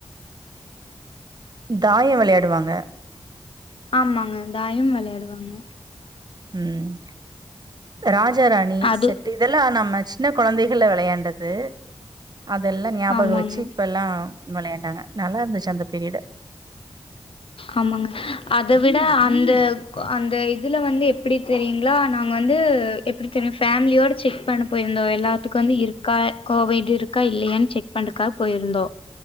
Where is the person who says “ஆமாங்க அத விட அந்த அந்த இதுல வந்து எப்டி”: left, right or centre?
Left